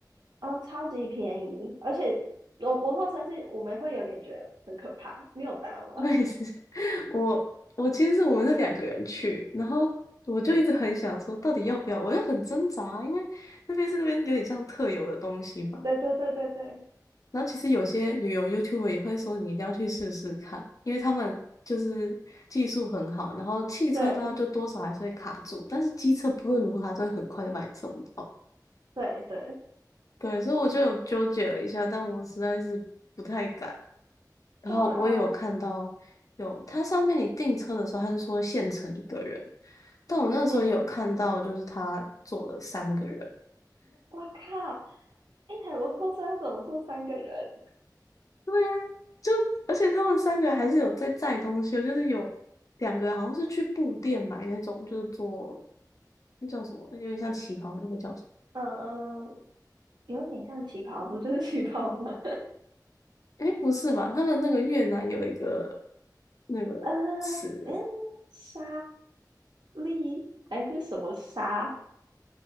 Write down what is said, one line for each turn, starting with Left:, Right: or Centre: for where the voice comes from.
Right: 呃超级便宜，而且摩摩托车是我们会有点觉得很可怕。你有搭吗？
Left: <laughs> 我也是，<laughs> 我我其实是我们是两个人去，然后我就一直很想说，到底要不要？我就很挣扎啊，因为那边是那边有点像特有的东西吧，
Right: <laughs> 对对对对对，
Left: 然后其实有些旅游 YouTuber 也会说你一定要去试试看，因为他们就是技术很好，然后汽车的话就多少还是会卡住，
Right: 对
Left: 但是机车不论如何它都会很快就把你送到。
Right: 对对
Left: 对，所以我就有纠结了一下，但我实在是不太敢。然后我也有看到有，
Right: 对啊，
Left: 它上面你订车的时候，他就说限乘一个人，但我那时候也有看到，
Right: 嗯，
Left: 就是他坐了三个人，
Right: 我靠！一台摩托车要怎么坐三个人？
Left: 对呀，就而且他们三个还是有在载东西哦，就是有两个人好像是去布店买那种，就是做那叫什么，有点像旗袍那个叫什么？
Right: 嗯，有点像旗袍，不就是旗袍吗？
Left: 诶，不是吧？他们那个越南有一个那个词，
Right: <laughs> 呃，嗯，沙粒还是什么沙，